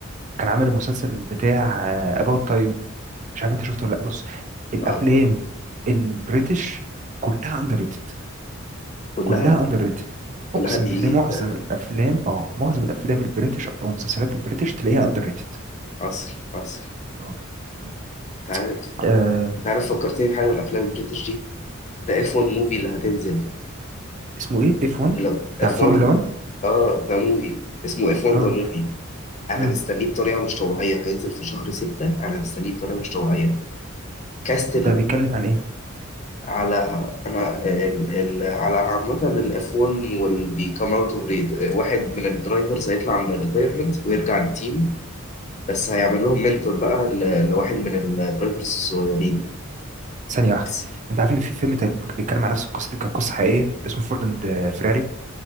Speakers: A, on the right (about 35°); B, on the left (about 35°).
A: كان عامل المسلسل بتاع اباوت تايم مش عارف انت شفته ولا لا بص الافلام
B: اه
A: البريتش كلها اندر ريتد
B: كلها
A: كلها اندر ريتد
B: كلها
A: اقسم
B: دي
A: بالله معظم
B: ده
A: الافلام اه معظم الافلام البريتش او مسلسلات البريتش تلاقيها اندر ريتد
B: عصر عصر
A: اه مم.
B: انت عارف
A: آه،
B: انت عارف فكرتني بحاجه من الافلام البريتش دي ده اف 1 موفي اللي هتنزل
A: اسمه ايه اف 1
B: اللي
A: بتاع
B: اف
A: الفورمولا
B: 1
A: 1
B: اه ده موفي اسمه اف 1
A: اه
B: ذا موفي انا
A: امم
B: مستنيه بطريقه مش طبيعيه هينزل في شهر 6 انا مستنيه بطريقه مش طبيعيه كاست
A: ده بيتكلم عن ايه
B: على انا ال ال على عامة الاف 1 والبيكام اوت اوف ريد واحد من الدرايفرز هيطلع من الريتايرمنت ويرجع التيم بس هيعمل لهم منتور بقى ل- لواحد من الدرايفرز الصغيرين
A: ثانيه واحده
B: بس
A: انت عارف ان في فيلم تقريباً كان بيتكلم عن نفس القصه دي كانت قصه حقيقيه اسمه فورد اند فيراري